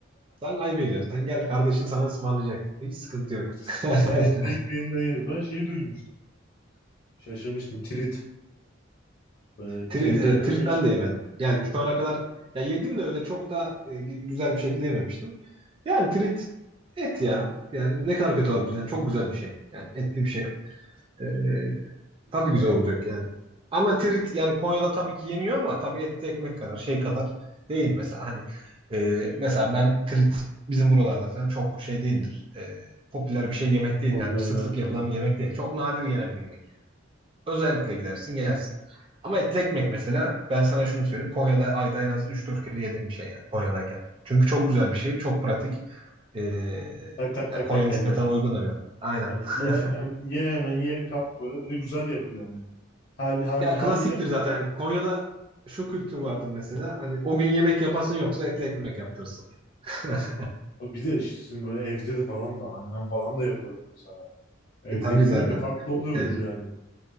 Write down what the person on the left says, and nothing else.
<laughs> Bir etli ekmeğinden yeriz. Ben şeyi duymuştum. Şaşırmıştım. Trit. Böyle
tridiyle
de
meşhur.
Yani
popüler
diye
anladım.
Tak tak
tak
tak
yani.
Böyle
ye, hem- ye hemen ye kalk böyle. Bir de güzel yapıyor yani. Her, her,
her
yer.
Bir de işte sizin böyle evde de falan da annem falan da yapıyordu mesela. Evdekinde
bir farklı oluyordur
yani.